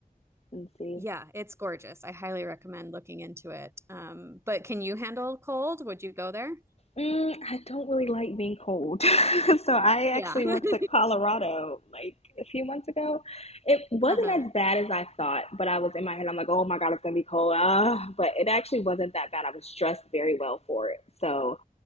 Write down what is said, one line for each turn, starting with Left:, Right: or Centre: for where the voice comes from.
Left: and see.
Right: Yeah, it's gorgeous. I highly recommend looking into it. Um, but can you handle cold? Would you go there?
Left: Mm, I don't really like being cold. <laughs> So I actually
Right: Yeah.
Left: went
Right: <laughs>
Left: to Colorado like a few months ago. It wasn't
Right: Uh-huh.
Left: as bad as I thought, but I was in my head, I'm like, oh my God, it's gonna be cold. Ah, but it actually wasn't that bad. I was dressed very well for it. So